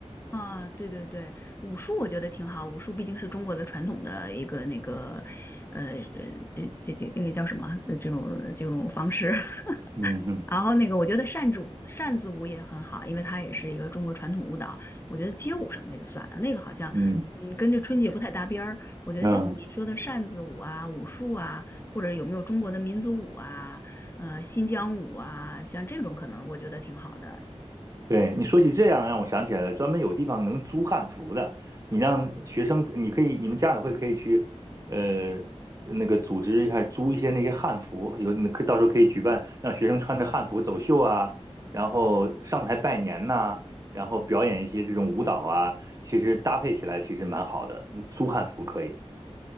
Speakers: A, on the left (about 20°); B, on the right (about 30°).
A: 啊，对对对，武术我觉得挺好。武术毕竟是中国的传统的一个那个，呃，呃这这这那个叫什么？呃这种这种方式。<laughs>
B: 嗯嗯
A: 然后那个，我觉得扇子舞扇子舞也很好，因为它也是一个中国传统舞蹈。我觉得街舞什么的就算了，那个好像嗯跟这春节不太搭边儿。
B: 嗯。
A: 我觉得像你说的扇子舞啊、
B: 嗯，
A: 武术啊，或者有没有中国的民族舞啊、呃新疆舞啊，像这种可能我觉得挺好的。
B: 对，你说起这样，让我想起来了，专门有地方能租汉服的。你让学生，你可以，你们家委会可以去，呃，那个组织一下租一些那些汉服，有那可以到时候可以举办让学生穿着汉服走秀啊，然后上台拜年呐、然后表演一些这种舞蹈啊，其实搭配起来其实蛮好的。嗯租汉服可以。